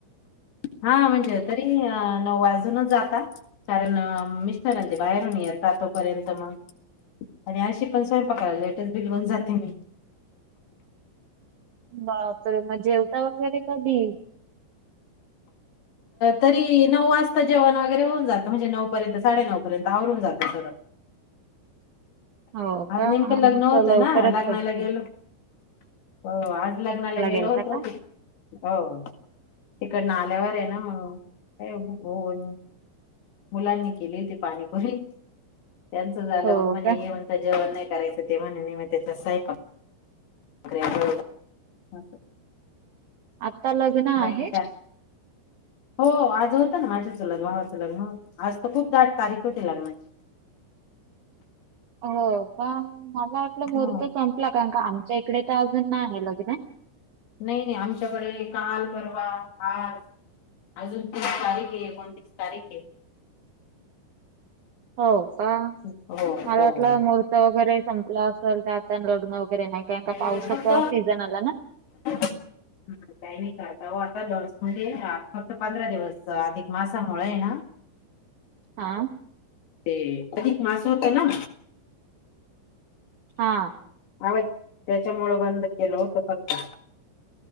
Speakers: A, on the left; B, on the right.
A: हा म्हणजे तरी नऊ वाजूनच जाता. कारण मिस्टर आणि ते बाहेरून ये येतात. तोपर्यंत मग आणि अशी पण स्वयंपाकायला लेटच बिलगुन जाते मी.
B: बापरे मग जेवता वगैरे कधी?
A: तरी नऊ वाजता जेवण वगैरे होऊन जातं. म्हणजे नऊ पर्यंत साडेनऊ पर्यंत आवरून जातं सगळं.
B: <inaudible>
A: आज
B: का
A: नेमकं
B: आमचं
A: लग्न होतं
B: लवकरच
A: ना. लग्नाला
B: असतं.
A: गेलो. हो आज लग्नाला गेलो
B: गेलता
A: होतो.
B: का?
A: ते हो तिकडन आल्यावर ना मग काही भुक होऊन मुलांनी केली होती ती पाणीपुरी. त्यांचं झालं.
B: हो
A: मग म्हणे
B: का
A: हे म्हणतात जेवण नाही करायचं ते म्हणे की हे त्याच स्वयंपाक <unintelligible>
B: आता लग्न
A: बाकी
B: आहेत?
A: काय हो आज होतं ना माझ्या चुलत भावाचं लग्न होत. आज तर खूप दाट तारीख होती लग्नाची.
B: <unintelligible> हो पण मला वाटलं मूर्त
A: हो
B: संपला कारण का आमच्या इकडे त पण मागे लग्न आहे.
A: नाही नाही आमच्याकडे काल परवा आज अजून <unintelligible> तीस तारीख ये एकोणतीस तारीख ये
B: हो का
A: हो
B: मला
A: हो
B: वाटलं
A: हो
B: मूर्त वगैरे संपलं असेल तर आता लग्न वगैरे नाही का का पावसाचा
A: नाही फक्त
B: सीझन आला ना.
A: हम्म <unintelligible> काही नाही करता ओ आता लस म्हणजे फक्त पंधरा दिवस अधिक मासामुळे आहे ना
B: हा.
A: ते अधिक मास होत ना
B: हा.
A: आ त्यांच्यामुळ बंद केलं होत फक्त.